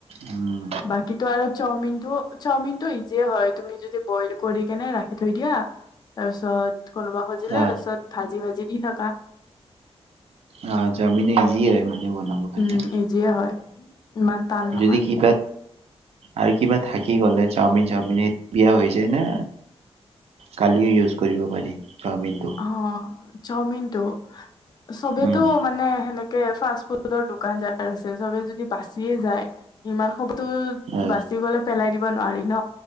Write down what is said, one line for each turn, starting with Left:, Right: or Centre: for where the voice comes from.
Right: উম
Left: বাকীটো আৰু চাওমিন কিন্তু চাওমিনটো ইজিয়ে হয় তুমি যদি বইল কৰি কেনে ৰাখি থৈ দিয়া তাৰপিছত কোনোবা সজিলে
Right: অ
Left: ৰচত ভাজি - ভাজি দি থাকা।
Right: অ, জামিন ইজি বনাব কাৰে
Left: উম ইজিয়ে হয় ইমান টান নহয়
Right: যদি কিবা আৰু কিবা থাকি গ'লে চাওমিন - চাওমিন সেই বিয়া হৈ যায় না কালিও ইউজ কৰিব পাৰি। চাওমিনটো
Left: অ, চাওমিনটো চবেতো
Right: উম
Left: মানে সেনেকে ফাষ্ট ফুডৰ দোকান যাৰ আছে চবে য য বাচিয়ে যায় ইমান খবটো
Right: অ
Left: বাচি গলে পেলাই দিব। নি ন